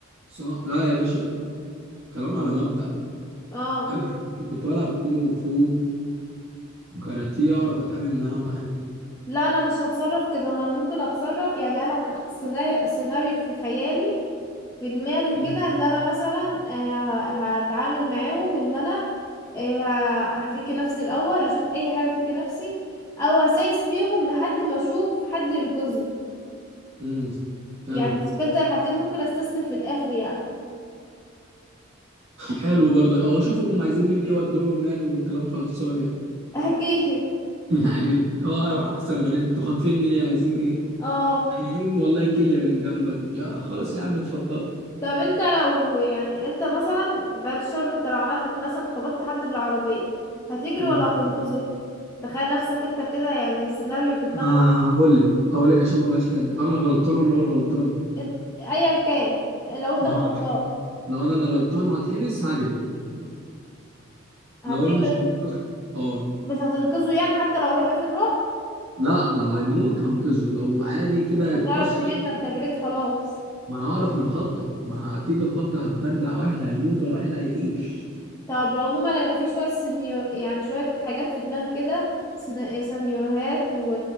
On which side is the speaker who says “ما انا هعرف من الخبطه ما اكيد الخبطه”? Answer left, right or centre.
Right